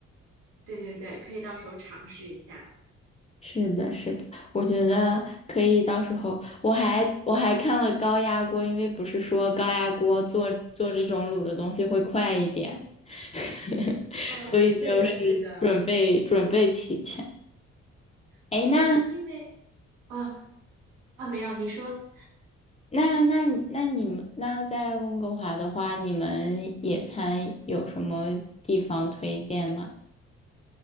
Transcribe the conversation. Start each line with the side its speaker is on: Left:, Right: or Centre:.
Right: 对对对，可以到时候尝试一下。
Left: 是的，是的，我觉得可以。到时候我还我还看了高压锅，因为不是说高压锅做做这种卤的东西会快一点，<laughs>
Right: 嗯，
Left: 所以就是准备准备齐全。
Right: 对的，对的。是的，
Left: 哎，那
Right: 因为啊啊，没有，你说。
Left: 那那那你们那在温哥华的话，你们野餐有什么地方推荐吗？